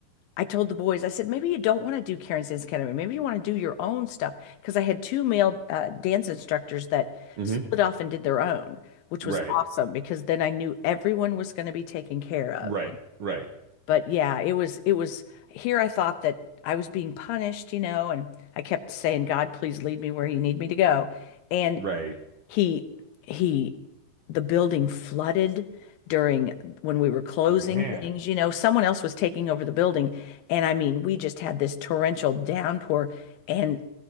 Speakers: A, on the left (about 80°); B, on the right (about 85°).
A: I told the boys, I said, maybe you don't want to do Karen's Dance Academy. Maybe you want to do your own stuff. Because I had two male uh, dance instructors that
B: mm-hmm,
A: split off and did their own, which
B: right,
A: was awesome because then I knew everyone was going to be taken care of
B: right, right,
A: but yeah, it was it was here I thought that I was being punished, you know, and I kept saying, God, please lead me where you need me to go. And
B: right,
A: he he the building flooded during when we were closing
B: man,
A: things, you know, someone else was taking over the building. And I mean, we just had this torrential downpour and